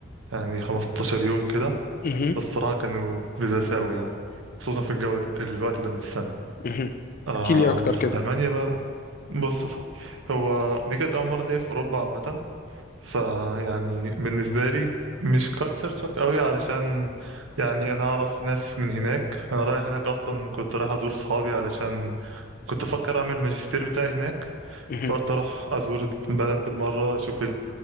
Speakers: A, on the right; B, on the left.
A: يعني 15 يوم كده
B: مهم.
A: بس الصراحه كانوا لذاذ قوي يعني خصوصا في الجو ال- الوقت ده من السنه
B: مهم.
A: آه
B: احكي لي اكتر كده
A: المانيا بقى بص يا صاحبي هو دي كانت اول مره ليا في اوروبا عامه فيعني بالنسبة لي مش كالتشر شوك قوي علشان يعني انا اعرف ناس من هناك انا رايح هناك اصلا كنت رايح ازور صحابي علشان كنت افكر اعمل الماجستير بتاعي هناك
B: مهم.
A: قلت اروح ازور البلد بالمرة اشوف